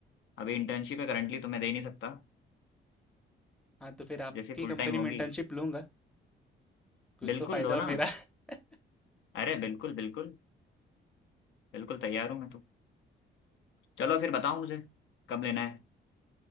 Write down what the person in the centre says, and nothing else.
हाँ, तो फिर आपकी
कंपनी
में इंटर्नशिप लूँगा, कुछ
तो फ़ायदा
हो मेरा।
<laughs>